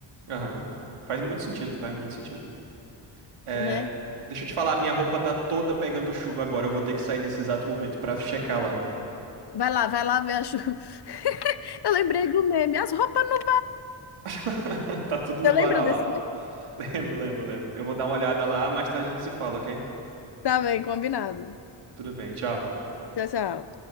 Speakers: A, on the right; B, on the left.
A: Aham. Faz muito sentido, faz muito sentido. É,
B: né?
A: Deixa eu te falar, minha roupa tá toda pegando chuva agora. Eu vou ter que sair nesse exato momento pra checar lá.
B: Vai lá, vai lá ver a chuva. <laughs> Eu lembrei do meme, as roupas não.
A: <laughs> Tá tudo no
B: Você lembra
A: varal
B: desse
A: lá.
B: meme?
A: Lembro, lembro, lembro. Eu vou dar uma olhada lá, mais tarde a gente se fala, ok?
B: Tá bem, combinado.
A: Tudo bem, tchau.
B: Tchau, tchau.